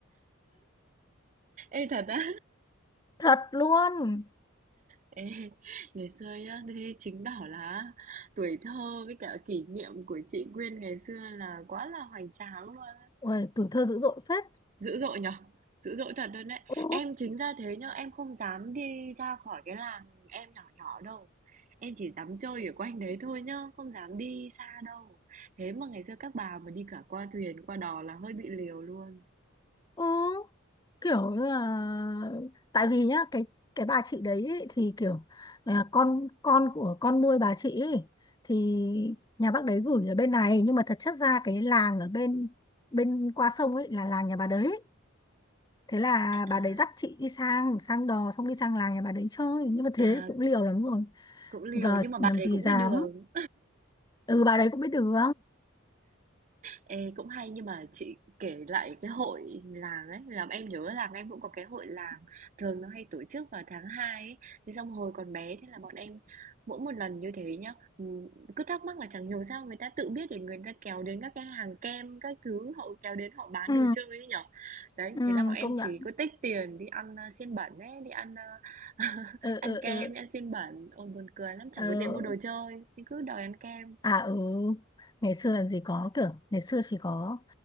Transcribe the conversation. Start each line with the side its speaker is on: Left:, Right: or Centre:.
Right: Ê thật á.
Left: thật luôn
Right: Ê, ngày xưa nhá, thế chứng tỏ là tuổi thơ với cả kỷ niệm của chị Quyên ngày xưa là quá là hoành tráng luôn á.
Left: Ôi, tuổi thơ dữ dội phết
Right: Dữ dội nhở? Dữ dội thật luôn đấy.
Left: ừ
Right: Em chính ra thế nhá, em không dám đi ra khỏi cái làng em nhỏ nhỏ đâu. Em chỉ dám chơi ở quanh đấy thôi nhá, không dám đi xa đâu. Thế mà ngày xưa các bà mà đi cả qua thuyền, qua đò là hơi bị liều luôn.
Left: ừ kiểu như là tại vì nhá cái cái bà chị đấy ý, thì kiểu à, con con của con nuôi bà chị ý, thì nhà bác đấy gửi ở bên này nhưng mà thật chất ra cái làng ở bên bên qua sông ấy là làng nhà bà đấy thế là
Right: À, à,
Left: bà đấy dắt chị đi sang sang đò xong đi sang làng nhà bà đấy chơi nhưng mà thế
Right: à,
Left: cũng liều lắm rồi
Right: cũng liều
Left: giờ
Right: nhưng mà
Left: làm
Right: bà đấy
Left: gì
Right: cũng
Left: dám
Right: biết đường.
Left: ừ bà đấy cũng biết đường
Right: Ê, cũng hay nhưng mà chị kể lại cái hội làng ấy làm em nhớ là em cũng có cái hội làng thường nó hay tổ chức vào tháng 2 ấy thế xong hồi còn bé thế là bọn em mỗi một lần như thế nhá ừ, cứ thắc mắc là chẳng hiểu sao người ta tự biết để người ta kéo đến các cái hàng kem các thứ họ kéo đến họ bán
Left: ừ
Right: đồ chơi ấy nhở đấy
Left: ừ
Right: thế là bọn em
Left: công
Right: chỉ
Left: nhận
Right: có tích tiền đi ăn ờ, xiên bẩn ấy đi ăn ờ, <laughs>
Left: ừ
Right: ăn
Left: ừ
Right: kem
Left: ừ,
Right: đi ăn xiên bẩn ôi buồn cười lắm chẳng
Left: ừ.
Right: có tiền mua đồ chơi nhưng cứ đòi ăn kem
Left: À ừ, ngày xưa làm gì có kiểu, ngày xưa chỉ có